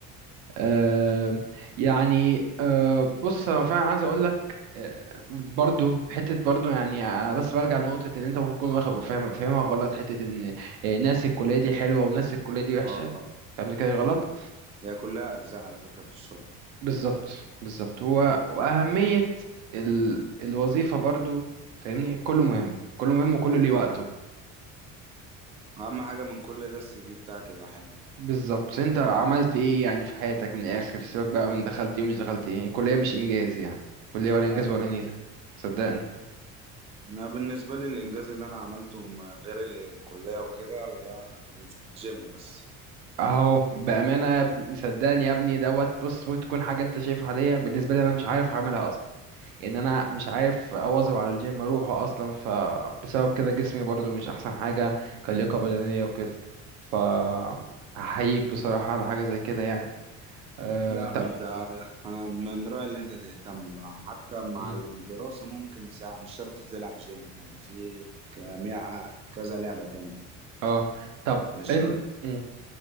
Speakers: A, on the right; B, on the right.
A: آه، يعني آه، بص انا فعلا عايز اقول لك آه، برضو حته برضو يعني أنا بس برجع لنقطه ان انت ممكن تكون واخد- فاهم فاهمها غلط حته ان آه، ناس الكليه دي حلوه وناس الكليه دي وحشه
B: اه
A: الكلام
B: آه.
A: ده كده غلط
B: هي كلها ارزاق على فكره في الشغل
A: بالظبط بالظبط هو واهميه ال... الوظيفه برضو فاهمني كله مهم كله مهم وكله ليه وقته
B: اهم حاجه من كل ده السي في بتاعك يبقى حلو
A: بالظبط انت عملت ايه يعني في حياتك من الاخر سيبك بقى من دخلت ايه ومش دخلت ايه الكليه مش انجاز يعني كليه ولا انجاز
B: هاي
A: ولا نيله صدقني
B: انا بالنسبه لي الانجاز اللي انا عملته م- غير الكليه وكده اللي هو في الجيم بس
A: اهو بامانه يا ابني- صدقني يا ابني دوت بص ممكن تكون حاجه انت شايفها عاديه بالنسبه لي انا مش عارف هعملها اصلا ان انا مش عارف اواظب على الجيم اروحه اصلا فبسبب كده جسمي برضو مش احسن حاجه كلياقه
B: مم.
A: بدنيه وكده ف هحييك بصراحه على حاجه زي كده يعني أم،
B: لا
A: طب
B: انت انا من رايي اللي انت تهتم بقى حتى مع
A: مم.
B: الدراسه ممكن ساعه مش شرط تلعب جيم يعني في كمية كذا لعبه تاني
A: اه طب
B: مش
A: ان
B: شرط
A: مم.